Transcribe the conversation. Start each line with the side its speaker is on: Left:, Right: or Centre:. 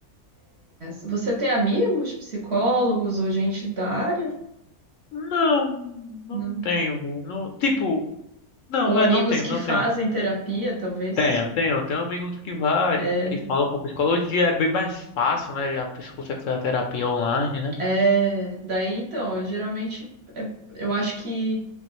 Right: Você tem amigos psicólogos ou gente da área?
Left: Não, não
Right: Não.
Left: tenho, velho. Não, tipo, não,
Right: Ou amigos
Left: é, não tenho,
Right: que
Left: não
Right: fazem
Left: tenho.
Right: terapia, talvez?
Left: Tenho, tenho, tenho amigos que vai,
Right: É,
Left: que falam com psicologia, é bem mais fácil, né? A pessoa consegue fazer a terapia online, né?
Right: é, daí então, eu geralmente é, eu acho que